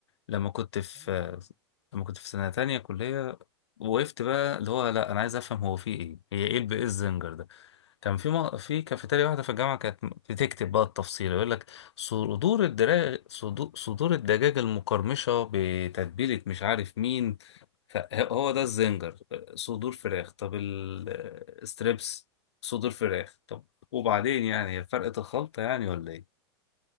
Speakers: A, on the left; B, on the right.
A: لما كنت في
B: أسامي غريبة
A: لما كنت في سنه تانية كليه وقفت بقى اللي هو لا انا عايز افهم هو في ايه هي ايه الب- ايه الزنجر ده كان في م... في كافيتيريا واحده في الجامعه كانت بتكتب بقى التفصيل يقول لك صدور الدراج صدور صدور الدجاج المقرمشه بتتبيله مش عارف مين فهو
B: مم.
A: ده الزنجر صدور فراخ طب الستريبس صدور فراخ طب وبعدين يعني هي فرقه الخلطه يعني ولا ايه